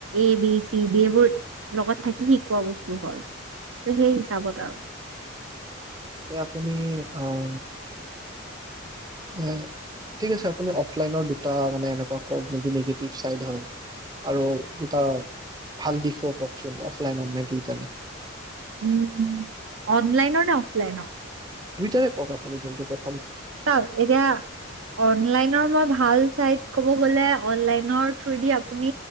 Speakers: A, on the right (about 80°); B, on the right (about 20°).
A: এ বি চি ডি এইবোৰ লগত থাকি শিকোৱা বস্তু হয় ত সেই হিচাপত আৰু
B: এ আপুনি আহ এ‌ ঠিক আছে আপুনি‌ অফলাইনৰ দুটা মানে এনেকুৱা কওক যোনটো নেগেটিভ চাইড হওক আৰু দুটা ভাল বিষয়ে কওকচোন অফলাইন নে <unintelligible>
A: উম অনলাইনৰ নে অফলাইনৰ?
B: দুইতাৰে কউক আপুনি কোনটো কউক
A: চাও এতিয়া অনলাইনৰ মই ভাল চাইত ক'ব গ'লে অনলাইনৰ থ্ৰদি আপুনি